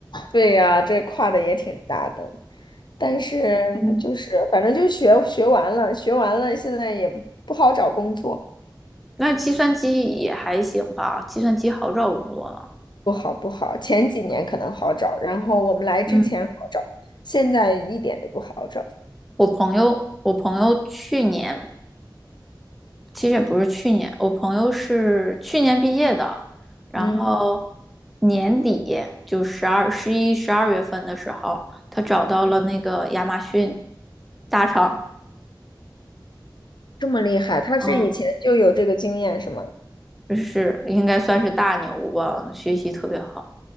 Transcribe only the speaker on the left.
对呀，这跨的也挺大的，但是就是反正就学学完了，
学完了，现在也不好找工作，
不好不好。前几年可能好找，然后我们来之前好找，
现在一点都不好找。
嗯，
这么厉害，他是以前就有这个经验是吗？